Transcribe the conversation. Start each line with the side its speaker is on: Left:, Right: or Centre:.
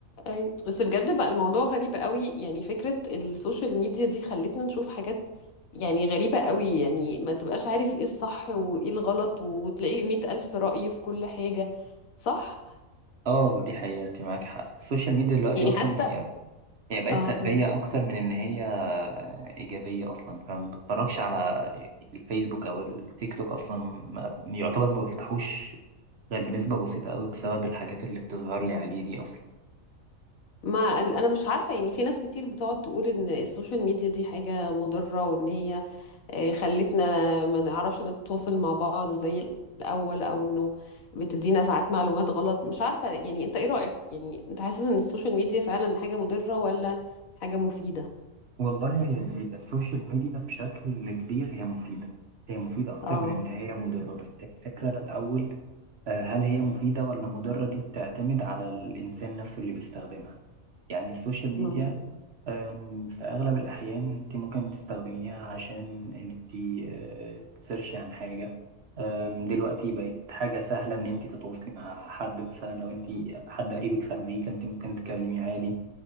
Left: أي بس بجد بقى الموضوع غريب قوي يعني فكرة السوشيال ميديا دي خلتنا نشوف حاجات يعني غريبة قوي يعني ما تبقاش عارف ايه الصح وايه الغلط وتلاقي مئة ألف رأي في كل حاجة صح
Right: اه دي حقيقه انت معاك حق السوشيال ميديا دلوقتي
Left: يعني
Right: اصلا
Left: حتى
Right: هي هي بقت
Left: اه
Right: سلبيه
Left: صح
Right: اكتر من ان هي ايجابيه اصلا فما بتفرجش على الفيسبوك او التيك توك اصلا ما- يعتبر ما بفتحوش ده بنسبة بسيطة قوي بسبب الحاجات اللي بتظهر لي عليه دي أصلا
Left: ما ال- انا مش عارفة يعني في ناس كتير بتقعد تقول ان السوشيال ميديا دي حاجة مضرة وان هي آه، خلتنا ما نعرفش نتواصل مع بعض زي الأول أو إنه بتدينا ساعات معلومات غلط مش عارفة يعني أنت إيه رأيك يعني أنت حاسس إن السوشيال ميديا فعلا حاجة مضرة ولا حاجة مفيدة؟
Right: والله هي هي السوشيال ميديا بشكل كبير هي مفيدة هي مفيدة أكتر
Left: اه
Right: من إن هي مضرة بس الفكرة الأول آه، هل هي مفيدة ولا مضرة دي بتعتمد على الإنسان نفسه اللي بيستخدمها يعني السوشيال ميديا
Left: مم.
Right: أم، في أغلب الأحيان أنت ممكن تستخدميها عشان إن أنت أه، تسيرشي عن حاجة أم، دلوقتي بقت حاجة سهلة إن أنت تتواصلي مع حد مثلا لو أنت حد قريبك في أمريكا أنت ممكن تكلميه عادي